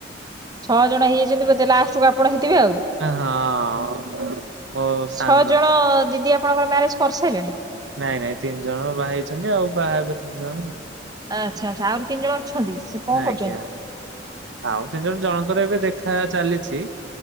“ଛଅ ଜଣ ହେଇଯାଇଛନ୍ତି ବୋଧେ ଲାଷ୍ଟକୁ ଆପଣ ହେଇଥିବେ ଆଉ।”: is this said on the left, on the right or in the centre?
Right